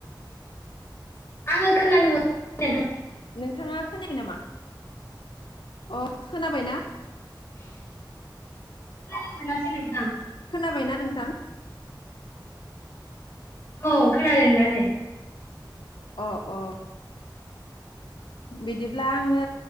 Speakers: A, on the left (about 30°); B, on the left (about 80°).
A: आङो खोनानो मोन <unintelligible>
B: नोंथाङा खोनाया <unintelligible> नामा? अ खोनाबाय ना?
A: <inaudible> खोनानो मोनासै नों
B: खोनाबायना नोंथां?
A: औ खोनादों दा ने।
B: अ अ बिदिब्ला आङो